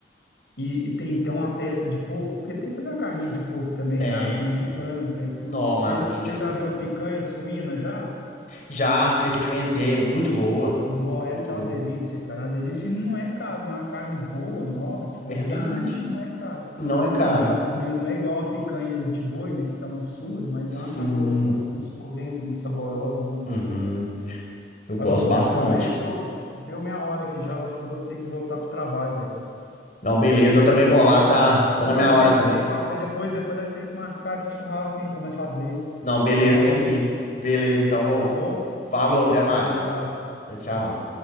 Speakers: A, on the left; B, on the left.
A: E, e tem então uma peça de porco, porque tem que fazer uma carninha de porco também,
B: Tem,
A: né? Asinha
B: tem.
A: de frango, tem assim.
B: Nó, masinha
A: Você, você
B: de frango.
A: já viu a picanha suína já?
B: Já, já experimentei, é muito boa.
A: Nó, essa
B: Muito
A: é
B: boa.
A: uma delícia, cara. Uma delícia e não é caro, não é uma carne boa, nobre, se for
B: Verdade.
A: ver, e não, e não é caro.
B: Não é cara.
A: Não é, uma- não é igual uma picanha de boi, né? Que tá um absurdo, mas
B: Sim.
A: é uma carne gostosa, muito suculenta, muito saborosa, né?
B: Uhum. Eu gosto
A: Oh,
B: bastante.
A: rapaz, mas é isso, ô, deu minha hora aqui já. Eu acho que eu vou ter que voltar pro trabalho, velho.
B: Não, beleza,
A: Acho que
B: eu também
A: Vou
B: vou
A: ter
B: lá,
A: que ir.
B: tá, tá
A: Foi
B: na
A: um prazer,
B: minha hora
A: cara,
B: também.
A: esse papo aí. Depois, depois nós temos que marcar aqui churrasco, hein, pra nós fazer,
B: Não, beleza,
A: tomar
B: tem
A: uma,
B: sim. Beleza, então. Ô,
A: tá bom?
B: falou,
A: Então, falou,
B: até mais.
A: um abraço.
B: Tchau,
A: Tchau.
B: tchau.